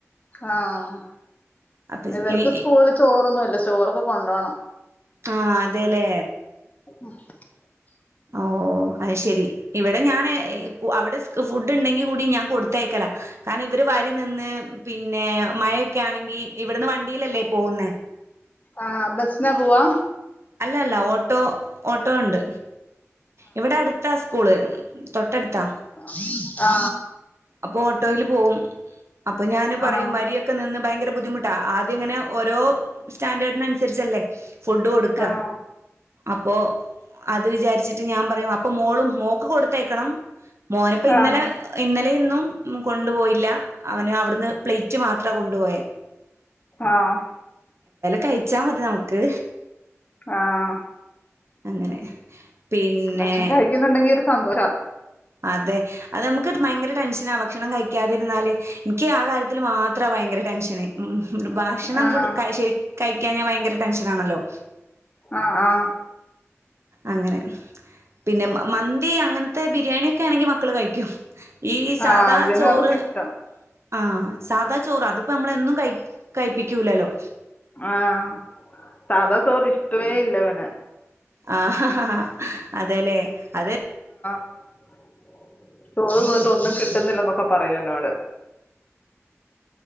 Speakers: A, on the left (about 30°); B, on the right (about 60°).
A: ആഹ്
B: അപ്പൊ
A: ഇവർക്ക്
B: ഇനി
A: സ്കൂളിൽ ചോറൊന്നുല്ല ചോറൊക്കെ കൊണ്ടോണം
B: ആഹ് അതെല്ലേ
A: <unintelligible>
B: ഓ അഹ് ശെരി ഇവിടെ ഞാൻ അവിടെ ഫുഡ് ഉണ്ടെങ്കി കൂടി ഞാൻ കൊടുത്തേക്കല കാരണം ഇവർ വരി നിന്ന് പിന്നെ മഴൊക്കെ ആണെങ്കി ഇവിടുന്ന് വണ്ടീലല്ലേ പോകുന്നെ
A: ആ ബസ്ന പോവാ
B: അല്ല അല്ല ഓട്ടോ ഓട്ടോ ഉണ്ട് ഇവിടെ അടുത്ത സ്കൂള് തൊട്ടടുത്താ
A: <unintelligible> ആ
B: അപ്പൊ ഓട്ടോയില് പോവും അപ്പൊ ഞാന് പറയും
A: ആഹ്
B: വരിയൊക്കെ നിന്ന് ഭയങ്കര ബുദ്ധിമുട്ടാ ആദ്യം ഇങ്ങനെ ഓരോ സ്റ്റാൻഡേർഡിനനുസരിച്ചല്ലേ ഫുഡ്ഡ് കൊടുക്ക
A: ആഹ്
B: അപ്പോ അത് ഇത് വിചാർച്ചി റ്റ്ഞാൻ പറയും അപ്പോ മോളും മോക്ക് കൊട ത്തെയക്കണം മോന്പ്പ ഇന്നല്ലേ
A: ആഹ് ആഹ്
B: <unintelligible> <unintelligible> കൊണ്ട് പോയില്ല അവന് അവർ ന്ന് പ്ലേറ്റ് മാത്രം കൊ ടോയെ
A: ആഹ്
B: കഴിച്ചാ മതി നമുക്ക്
A: ആഹ്
B: അങ്ങനെ പിന്നെ
A: ഭക്ഷണം കഴിക്കുന്നുണ്ടെങ്കി ഒരു സന്തോ ശ
B: അതെ അത് നമുക്ക് ഭയങ്കര ടെൻഷനാ ഭക്ഷണം കഴിക്കാതിരുന്നാല് ഇൻക്ക് ആ കാര്യത്തിൽ മാത്രാ ഭയങ്കര ടെൻഷന് ഭക്ഷണം
A: ആഹ്
B: കൊടു <unintelligible> കഴിക്കാഞ്ഞാ ഭയങ്കര ടെൻഷൻ ആണല്ലോ
A: ആഹ് ആഹ്
B: അങ്ങനെ പിന്നെ മന്തി അങ്ങനത്തെ ബിരിയാണി ഒക്കെ ആണെങ്കി മക്കള് കഴിക്കും ഈ സാധാ
A: ആഹ് ഇവനും
B: ചോറ്
A: അതൊക്കെ ഇഷ്ടം
B: ആഹ് സാധാ ചോറ് അതിപ്പ നമ്മൾ എന്നും കഴി കഴിപ്പിക്കൂല്ലല്ലോ
A: ആഹ് സാധാ ചോറ് ഇഷ്ടവേ അല്ല ഇവന്
B: ആഹ ആ ആ ആ അതേല്ലേ അതെ
A: <unintelligible> പോയിട്ട് ഒന്നും കിട്ടുന്നില്ലന്നൊക്കെ പറയും എന്നോട്